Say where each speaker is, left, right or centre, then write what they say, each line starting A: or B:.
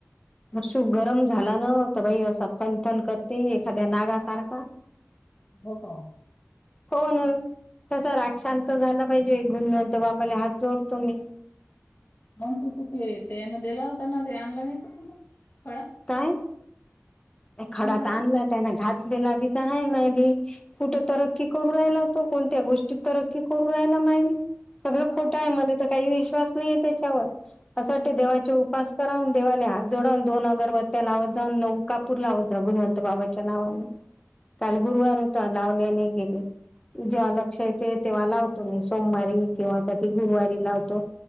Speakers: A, on the left; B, on the left.
A: हर्षू गरम झाला न तर बाई असा फनफन कर ते एखाद्या नागासारखा
B: हो का
A: हो ना तसा राक्षांत झाला पाहिजे गुणंत बाबाला हात जोडतो मी
B: मण त कुठलेना दिला होता ना ते आणलं नाही का प खळा
A: काय खडात
B: होता
A: आणला
B: ना तू?
A: त्याना घातलेला बी तर आहे माय बी कुठं तरक्की करू राहिला कोणत्या गोष्टीत तरक्की करू राहिला मा सगळं खोटं
B: हो ना.
A: आहे मला तर काही विश्वास त्याच्यावर असं वाट देवाचे
B: हा हो.
A: उप वून देवाला हात जोडवून दोन अगरबत्त्या लावत जाऊन नौका भपूर लावत जा गुणवंत बाबाच्या नावाने काल गुरुवार होता लावले आणि गेले जेव्हा लक्ष येते तेव्हा लावतो मी सोमवारी किंवा कधी गुरुवारी लावतो